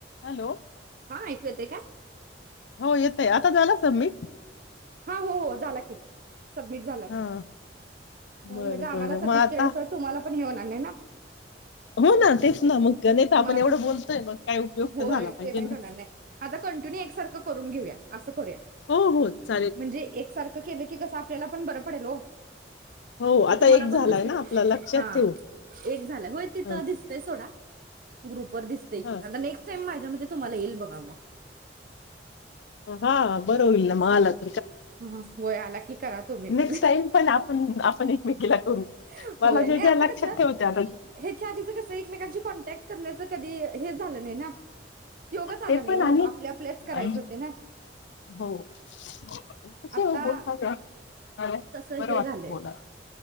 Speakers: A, on the left (about 80°); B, on the right (about 50°).
A: Hello
B: हा ऐकू येत का?
A: हो येतय आता झाला सबमिट
B: हा हो हो झाला की सबमिट झाला की
A: हा
B: म्हणून
A: बरं
B: आम्हाला
A: बरं मग
B: सबमिट
A: आता
B: केल्याशिवाय तुम्हाला पण हे होणार नाही ना
A: हो ना तेच ना मग नाहीता
B: तुम्हाला
A: आपण एवढं
B: पण
A: बोलतोय मग काय उपयोग
B: होय
A: तर झाला पाहिजे
B: पेमेंट
A: ना
B: होणार नाही आता कंटिन्यू एकसारखं करून घेऊया असं करूया
A: हो हो चा
B: म्हणजे एकसारख केलं की कस आपल्याला पण बरं पडेल ओ म्हजे
A: हो आता
B: तुम्हाला
A: एक
B: पण
A: झालाय
B: दुसरे
A: ना आपला लक्षात
B: हा
A: ठेवू
B: एक झाला होय तिथ
A: ह
B: दिसतय सोडा ग्रुप वर दिसतय
A: ह
B: की आता नेक्स्ट टाईम मा त्यामध्ये तुम्हाला येईल बघा मग
A: हा बर होईल ना म आलात
B: हम्म व्हय आला कि करा तुम्ही
A: नेक्स्ट
B: पण ह
A: टाइम पण आपण आपण एकमेकीला करू
B: ह
A: मला
B: होय
A: जे
B: नाही
A: जे
B: आता
A: लक्षात
B: कस
A: ठेवते आता
B: हेच्या आधीच कस एकमेकांची कॉन्टॅक्ट करण्याच कधी हे झालं नाही ना योगच आला
A: ते
B: नाही
A: पण
B: ओ
A: आणि
B: आपल्या आपल्याच करायचं
A: आणि
B: होत ते ना
A: हो <unintelligible>
B: आता तसं
A: बरं
B: हे
A: वाटत
B: झालंय
A: बोला